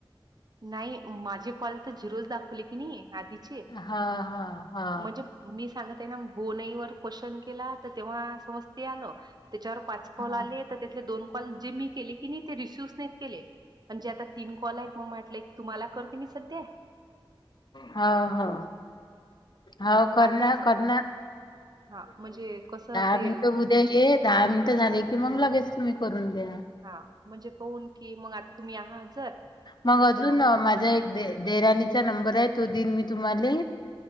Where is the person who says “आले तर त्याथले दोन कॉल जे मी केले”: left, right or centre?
Right